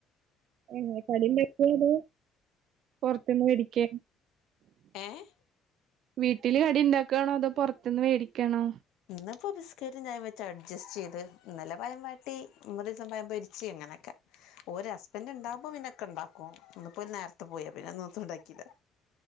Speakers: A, on the right; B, on the left.
A: ഏഹ് കടിയുണ്ടാക്കിയോ അതൊ പൊറത്തന്ന് മേടിക്കൻ
B: ഏഹ്
A: വീട്ടില് കടി ഉണ്ടാക്കവാണോ അതൊ പുറത്തുന്ന് മേടിക്കാണോ
B: ഇന്നിപ്പോ ബിസ്ക്കറ്റ് ചായയും വെച്ച അഡ്ജസ്റ്റ് ചെയ്ത് ഇന്നലെ പയം വാട്ടി <unintelligible> പൊരിച്ച അങ്ങനെയൊക്കെ ഒരു ഹുസ്ബൻഡ് ഉണ്ടാവുമ്പോ പിന്നൊക്കെ ഉണ്ടാക്കും ഒന്ന പോയി നേരത്തെ പിന്നെന്നത്ത ഉണ്ടാക്കില്ല